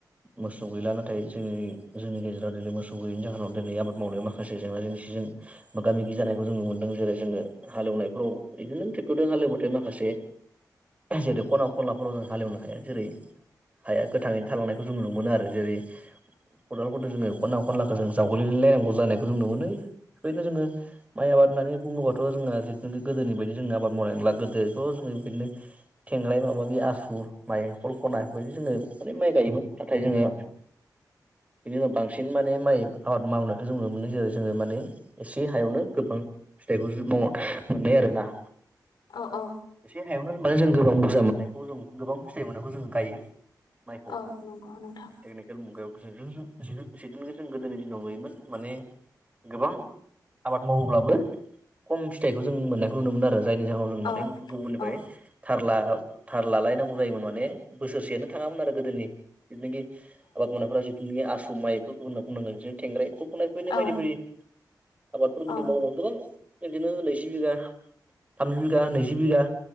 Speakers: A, on the right; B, on the left.
A: मोसौ गैला नाथाय जोंनि जोंनि गेजेराव दिनै मोसौ गैयिनि जाहोनाव दिनै आबाद मावनायाव माखासे जेंना जेंसिजों मोगा मोगि जानाय खौ जों मोनदों जेरै जोंनो हालेवनायफ्राव बिदिनो टेक्टरजों हालेवबाथाय माखासे जेरै खना खनलाफोराव जों हालेवनो हाया। जेरै हाया गोथाङैनो थालांनायखौ जोङो नु मोनो आरो जेरै खदालफोरजों जोङो खनना खनलाखौ जों जावग्लिलायनांगौ जानायखौ जों नु मोनो बेबायदिनो जोङो माइ आबाद होननानै बुङोबाथ जोंना बिदिनो गोदोनि बायदि जोङो आबाद मावनाय नंला गोदोथ जोङो बेबायदिनो खेंलाय माबि आसु माइ कल्पना बायदि जोङो माने माइ गायोमोन नाथाय जोङो
B: <inaudible>
A: बिनि उनाव बांसिन माने माइ आबाद मावनायखौ जों नुनो मोनो। जेरै जोङो माने एसे हायावनो गोबां फिथाइबो जो मावा मोननाय आरो ना।
B: औ औ
A: हायावनो माने जों गोबां बुरजा मोननायखौ जों गोबां फिथाइ मोननायखौ जों गायो। माइखौ
B: औ नंगौ नोंथां
A: टेकनिकेल मुगायाव जिदु जों जिदु जिदुनोखि जों गोदोनि दिनाव नुयोमोन माने गोबां आबाद मावोब्लाबो खम फिथाइखौ जों मोननायखौ नुनो मोनो आरो जायनि जाहोनाव जों माने
B: औ
A: गुबुननिफाय
B: औ
A: थारला। थार लालायनांगौ जायोमोन माने बोसोरसेनो थाङामोन आरो गोदोनि जिथुनिखि आबाद मावनायफ्रा जिथुनोखि आसु गुमायफोरखौ होनना बुंनांगोन बिनो थेंग्राय खुब खननाय फैनाय बायदि
B: औ
A: बोरि आबादफोर गोदो
B: औ
A: मावोमोन गोबां बिदिनो नैजि बिघा थामजि बिघा नैजि बिघा